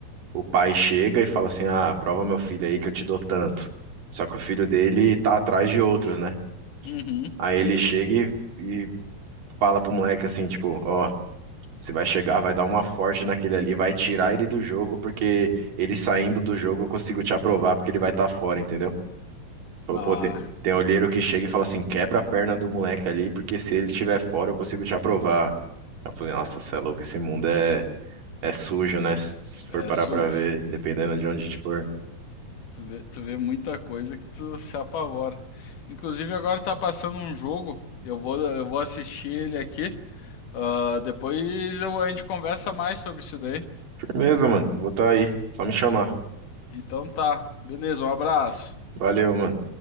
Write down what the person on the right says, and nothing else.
o pai chega e fala assim, ah, aprova meu filho aí que eu te dou tanto. Só que o filho dele tá atrás de outros, né?
Aí ele chega e, e fala pro moleque assim, tipo, ó, você vai chegar, vai dar uma forte naquele ali, vai tirar ele do jogo, porque ele saindo do jogo eu consigo te aprovar, porque ele vai estar fora, entendeu? Ele
Falou, pô, tem, tem olheiro que chega e fala assim, quebra a perna do moleque ali, porque se ele estiver fora eu consigo te aprovar. Eu falei, nossa, você é louco, esse mundo é, é sujo, né? Se se for
parar
pra ver, dependendo de onde a gente for.
Firmeza, mano, vou estar aí, só me chamar.
Valeu, mano.